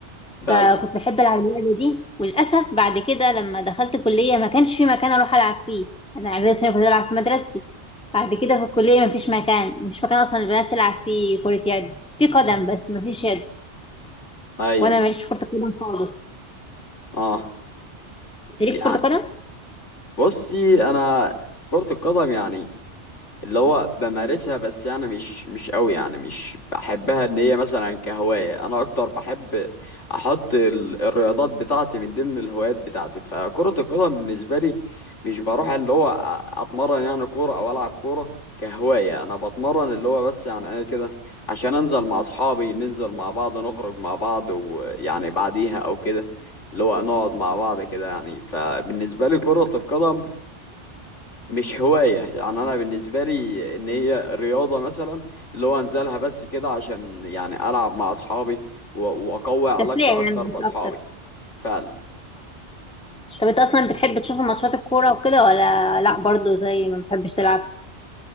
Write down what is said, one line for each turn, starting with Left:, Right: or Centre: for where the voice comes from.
Left: فعلا
Centre: فكنت بحب ألعب اللعبة دي وللأسف بعد كده لما دخلت كلية ما كانش في مكان أروح ألعب فيه أنا إعدادي ثانوي كنت بلعب في مدرستي بعد كده في الكلية ما فيش مكان مش مكان أصلا البنات تلعب فيه كرة يد في قدم بس ما فيش يد
Left: ايوه
Centre: وأنا ماليش في كرة القدم خالص
Left: اه
Centre: أنت
Left: يعني
Centre: ليك في كرة القدم
Left: بصي انا كرة القدم يعني اللي هو بمارسها بس يعني مش مش قوي يعني مش بحبها ان هي مثلا كهواية انا اكتر بحب احط ال- الرياضات بتاعتي من ضمن الهوايات بتاعتي فكرة القدم بالنسبة لي مش بروح اللي هو أ- اتمرن يعني كورة او العب كورة كهواية انا بتمرن اللي هو بس يعني انا كده عشان انزل مع اصحابي ننزل مع بعض نخرج مع بعض ويعني بعديها او كده اللي هو نقعد مع بعض كده يعني فبالنسبة لي كرة القدم مش هواية يعني أنا بالنسبة لي إن هي رياضة مثلا اللي هو أنزلها بس كده عشان يعني ألعب مع أصحابي و- وأقوي علاقتي
Centre: تسلية يعني
Left: أكتر
Centre: مش
Left: بأصحابي
Centre: أكتر
Left: فعلا
Centre: طب أنت أصلا بتحب تشوف ماتشات الكورة وكده ولا لأ برضه زي ما بتحبش تلعب